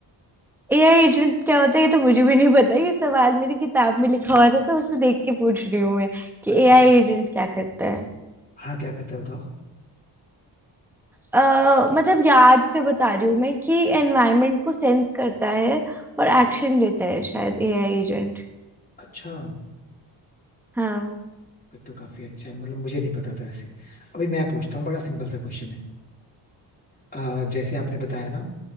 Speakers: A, in the centre; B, on the left.
A: एआई एजेंट क्या होता है ये तो मुझे भी नहीं पता ये सवाल मेरी किताब में लिखा हुआ था तो उसे देख के पूछ रही हूँ मैं कि
B: अच्छा
A: एआई एजेंट क्या करता है
B: हाँ क्या करता है बताओ
A: अ, मतलब याद से बता रही हूँ मैं कि एनवायरनमेंट को सेंस करता है और एक्शन लेता है शायद एआई एजेंट
B: अच्छा
A: हाँ
B: फिर तो काफी अच्छा है मतलब मुझे नहीं पता था वैसे अभी मैं पूछता हूँ बड़ा सिंपल सा क्वेश्चन है अ, जैसे आपने बताया ना